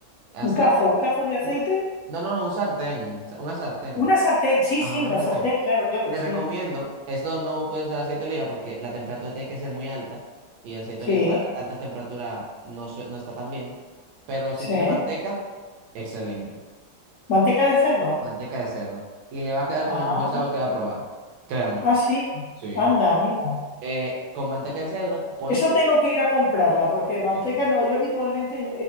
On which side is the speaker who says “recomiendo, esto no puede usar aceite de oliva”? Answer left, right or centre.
Right